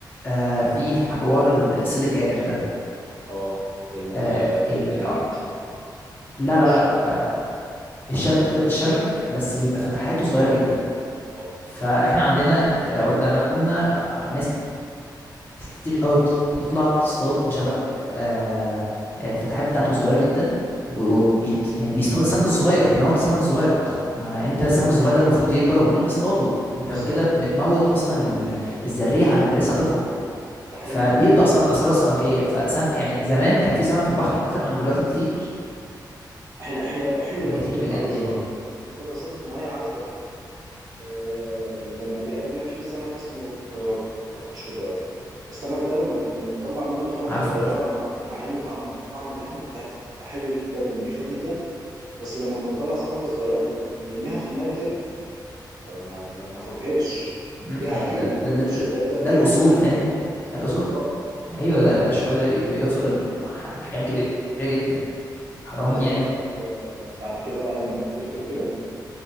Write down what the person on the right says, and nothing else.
اه بال
بالديناميت
او
الشبك
اه
بالظبط
ده حقيقي
احنا احنا احنا
لما بنطلع
نصطاد
نصطاد أساسا في مية عذبة أهو آه، لما بيقابلنا فيه سمك اسمه بياض او قشر بياض السمك ده لما بنطلع منه سمكة
صغيرة
مع, مع ان طعم طعم اللحمة بتاعتها بتبقى حلوة جدا ونضيفة جدا بس لما بنطلع سمكة صغيرة بن- بنرميها في المية تاني آه، ما, ما بناخدهاش
ليه عارفين
قشر
البياض ده بيكبر
بالظبط
عايز
اقول لك آه، بعد كده بقى لما كبرت وكده